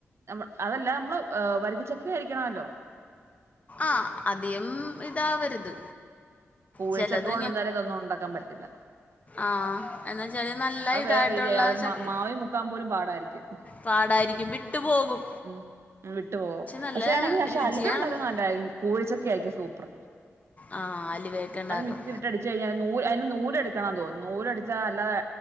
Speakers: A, on the right; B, on the left.
A: നമ്മൾ അതല്ല നമ്മള് വരക്കച്ചക്ക കഴിക്കണവല്ലോ
B: ആഹ്, അധിയം ഇതാവരുത്.
A: പൂഴചക്കകൊണ്ടെന്തായാലും
B: ചിലത്
A: ഇതൊന്നും ഉണ്ടാക്കാൻ പറ്റില്ല.
B: ആഹ്, എന്താച്ചാല് നല്ല
A: അത്
B: ഇതായിട്ടുള്ള
A: വേറെ രീതിയായി അത്
B: ശക്തി
A: മാവിൽ മുക്കാൻ പോലും പാടായിരിക്കും
B: പാടായിരിക്കും വിട്ടുപോകും.
A: ഉം, ഉം വിട്ടു പോകും.
B: നല്ല
A: പക്ഷെ ആണെങ്കിൽ പക്ഷെ
B: രുചിയാണെന്ന്
A: അലുവ ഉണ്ടാക്കാൻ നല്ലായിരിക്കും കൂഴച്ചക്കയായിക്കും സൂപ്പർ.
B: ആ അലുവയൊക്കെ ഉണ്ടാക്കും
A: അത് മിക്സിലിട്ടടി ച്ച് കഴിഞ്ഞാൽ നൂൽ അതിന് നൂല് എടുക്കണം തോന്ന്ന്ന്. നൂലെട്ത്താ അല്ലാതെ